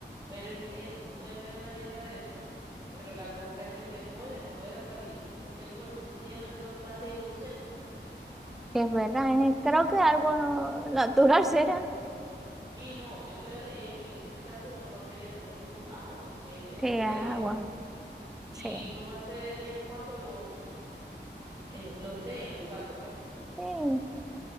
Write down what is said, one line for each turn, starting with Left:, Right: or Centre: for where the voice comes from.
Right: Pero es que tú puedes tener una dieta de eso, pero la cosa es que te pueden volver a salir porque el cuerpo sencillamente los va a seguir produciendo.
Centre: Sí, es verdad, es- creo que algo natural será.
Right: Sí, no, yo creo que en, en ese caso lo mejor sería, como dices tú, agua, definitivamente
Centre: Sí, agua,
Right: agua. Y
Centre: sí.
Right: tomarse de vez en cuando los, mm, eh, los té, en tu caso, pues.
Centre: Sí,